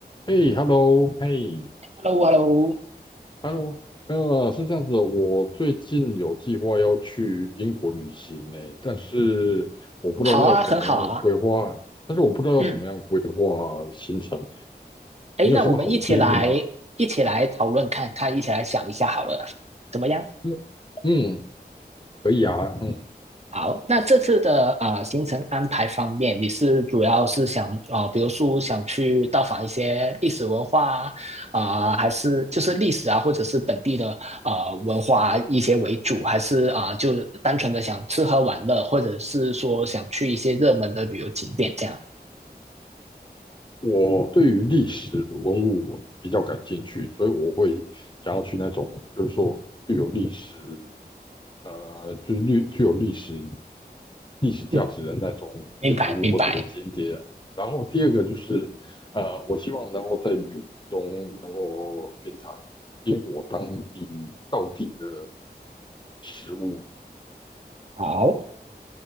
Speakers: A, on the left; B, on the right.
A: 嘿，hello，嘿
B: Hello，Hello，
A: ，hello，呃，是这样子的我最近有计划要去英国旅行呢，但是我不知道要怎么样规划，
B: 好啊，很好啊。
A: 但是我不知道要怎么样规划行程，
B: 嗯，诶，
A: 你有什么好的建议吗？
B: 那我们一起来，一起来讨论看看，一起来想一下好了，怎么样？
A: 嗯，嗯，可以啊，嗯，
B: 好，那这次的啊、呃行程安排方面，你是主要是想啊、呃比如说想去到访一些历史文化啊、啊还是就是历史啊，或者是本地的啊文化一些为主，还是啊、就单纯的想吃喝玩乐，或者是说想去一些热门的旅游景点这样？
A: 我对于历史文物比较感兴趣，所以我会想要去那种就是说具有历史。呃，就是历具有历史历史价值的那种建筑物或者是景点。
B: 嗯，明白，明白。
A: 然后第二个就是，呃，我希望能够在旅途中能够品尝英国当地道地的食物。
B: 好，